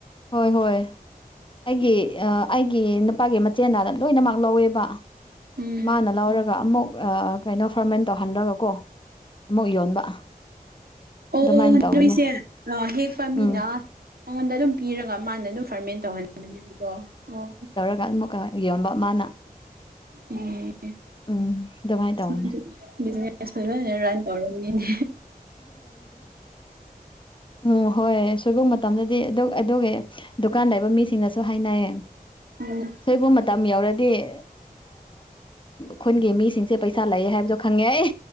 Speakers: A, on the left (about 35°); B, on the right (about 80°).
A: ꯍꯣꯏ ꯍꯣꯏ ꯑꯩꯒꯤ ꯑꯩ ꯒꯤ ꯅꯨꯄꯥꯒꯤ ꯃꯆꯦꯅ ꯂꯣꯏꯅꯃꯛ ꯂꯧꯋꯦꯕ
B: ꯎꯝ
A: ꯃꯥꯅ ꯂꯧꯔꯒ ꯑꯃꯨꯛ ꯀꯩꯅꯣ ꯐꯔꯃꯦꯟ ꯇꯧꯍꯟꯂꯒꯀꯣ ꯑꯃꯨꯛ ꯌꯣꯟꯕ
B: ꯑꯣ
A: ꯑꯗꯨꯃꯥꯏꯅ ꯇꯧꯕꯅꯦ
B: ꯅꯣꯏꯁꯦ ꯑꯥ ꯍꯦꯛꯄ
A: ꯎꯝ
B: ꯃꯤꯅ ꯃꯉꯣꯟꯗ ꯑꯗꯨꯝ ꯄꯤꯔꯒ ꯃꯥꯅ ꯑꯗꯨꯝ ꯐꯔꯃꯦꯟ ꯇꯧꯍꯜꯂꯅꯦꯕꯀꯣ ꯑꯣ
A: ꯑꯃꯨꯀ ꯌꯣꯟꯕ ꯃꯥꯅ
B: ꯎꯝ
A: ꯎꯝ ꯑꯗꯨꯃꯥꯏꯅ ꯇꯧꯕꯅꯦ
B: ꯗꯨꯅꯦ ꯕꯤꯖꯤꯅꯦꯁ ꯐꯖꯅ ꯔꯟ ꯇꯩꯔꯝꯅꯤꯅꯦ
A: ꯎꯝ ꯍꯣꯏ ꯁꯣꯏꯕꯣꯝ ꯃꯇꯝꯗꯗꯤ ꯑꯗꯨ ꯑꯗꯨꯒ ꯗꯨꯀꯥꯟ ꯂꯩꯕ ꯃꯤꯁꯤꯡꯅꯁꯨ ꯍꯥꯏꯅꯩ
B: ꯎꯝ
A: ꯁꯣꯏꯕꯨ ꯃꯇꯝ ꯌꯧꯔꯗꯤ ꯈꯨꯟꯒꯤ ꯃꯤꯁꯤꯡꯁꯦ ꯄꯩꯁꯥ ꯂꯩ ꯍꯥꯏꯕꯁꯨꯣ ꯈꯪꯉꯦ ꯑꯩ